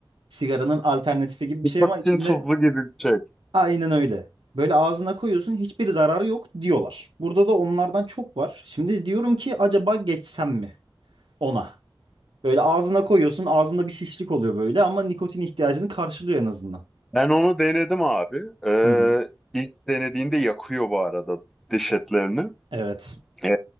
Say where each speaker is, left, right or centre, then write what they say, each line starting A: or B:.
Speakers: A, on the right; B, in the centre.
A: Sigaranın alternatifi gibi
B: Nikotin
A: bir şey ama içinde
B: tuzlu gibi bir şey.
A: Aynen öyle. Böyle ağzına koyuyorsun hiçbir zararı yok diyorlar. Burada da onlardan çok var. Şimdi diyorum ki acaba geçsem mi ona? Böyle ağzına koyuyorsun ağzında bir şişlik oluyor böyle ama nikotin ihtiyacını karşılıyor en azından.
B: Ben onu denedim abi. Ee,
A: Hı hı.
B: ilk denediğinde yakıyor bu arada diş etlerini.
A: Evet.
B: Ee,